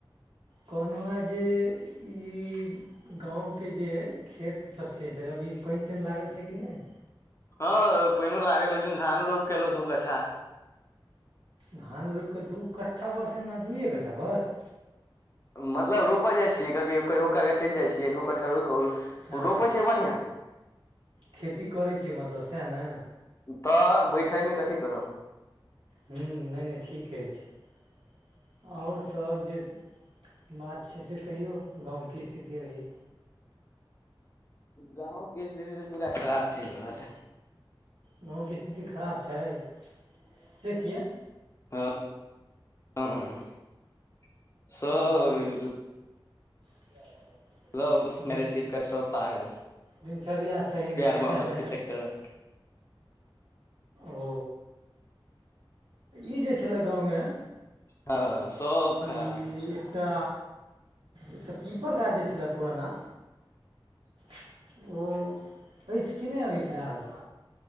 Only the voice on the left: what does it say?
हं पैनो लागल, ओहि दिन धानो रोपिके एलहुं दू कठा।
मतलब रोपऽ जाय छियै की कहियो काल चलि जाइ छियै दू कट्ठा रो कहू उ
रोपै छैय बढ़िआँ।
तऽ बैठेमे कथी करब।
गांव के स्थिति तऽ पूरा खराब चलि रहल है।
<inaudible>
लव
मैरेज के चक्कर सब पागल
प्यार
मोहब्बत
के चक्कर मे
हँ सब
खराब है